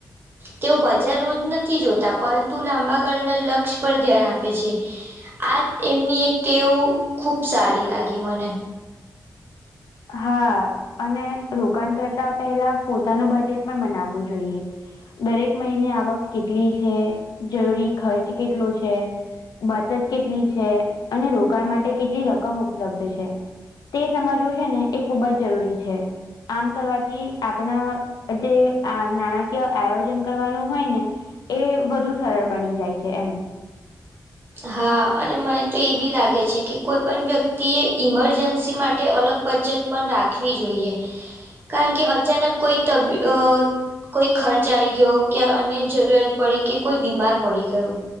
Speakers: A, on the right; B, on the left.
A: તેઓ બજાર રોજ નથી જોતા પરંતુ લાંબા ગાળના લક્ષ્ય પર ધ્યાન આપે છે આ એમની એક કેવું ખુબ સારી લાગી મને
B: હા અને રોકાણ કરતા પહેલા પોતાનું બજેટ પણ બનાવવું જોઈએ દરેક મહિને આવક કેટલી છે જરૂરી ખર્ચ કેટલો છે બચત કેટલી છે અને રોકાણ માટે કેટલી રકમ ઉપલબ્ધ છે તે સમજવું છે ને એ ખૂબ જ જરૂરી છે આમ કરવાથી આપણા જે આ નાણાકીય આયોજન કરવાનું હોય ને એ વધુ સરળ બની જાય છે એમ
A: હા અને મને તો એ બી લાગે છે કે કોઈ પણ વ્યક્તિએ ઇમરજન્સી માટે અલગ બચત પણ રાખવી જોઈએ કારણ કે અચાનક કોઈ તબી કોઈ ખર્ચ આઈ ગયો કે અન્ય જરૂરિયાત પડી કે કોઈ બીમાર પડી ગયો